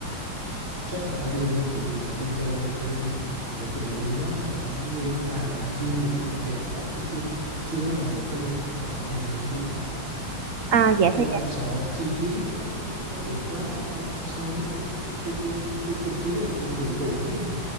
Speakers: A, on the right; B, on the right.
A: chắc là phải đi thôi tại vì mình đã đi chơi thì phải đi những cái địa điểm đó chứ anh cũng nghe nói Bà Nà Hills gì đó cũng đẹp lắm mà chưa chưa lần nào được đi Thì anh định hè này để đi đó
B: à dạ
A: nhưng
B: thì
A: mà anh sợ chi phí nó nó nó, nó vượt quá so so với cái cái cái cái kinh phí anh chưa dự trù không biết hả?